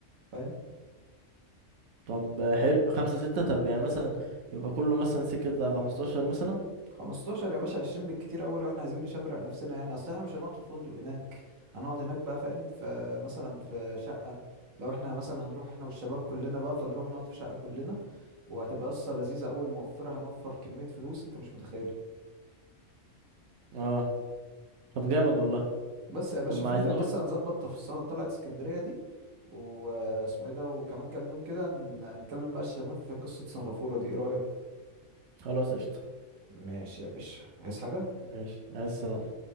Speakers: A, on the right; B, on the right.
A: فاهم
B: طب حلو خمسة ستة طب يعني مثلا يبقى كله مثلا سكة خمستاشر مثلا
A: خمستاشر يا باشا عشرين بالكتير أوي لو احنا عايزين نشبرق نفسنا يعني اصل احنا مش هنقعد في فندق هناك هنقعد هناك بقى فاهم في مثلا في شقة لو احنا مثلا هنروح احنا والشباب كلنا بقى فنروح نقعد في شقة كلنا وهتبقى قصة لذيذة أوي موفرة هنوفر كمية فلوس انت مش متخيل
B: اه طب جامد والله
A: بس يا باشا
B: طب ما
A: فانت
B: عايزين
A: بس
B: نشوف
A: هنظبط تفاصيل طلعت اسكندرية دي واسمه ايه ده وكمان كام يوم كده هن- هنتكلم بقى الشباب في قصة سنغافورة دي ايه رأيك
B: خلاص قشطة
A: ماشي يا باشا عايز حاجة
B: ماشي عايز السلامة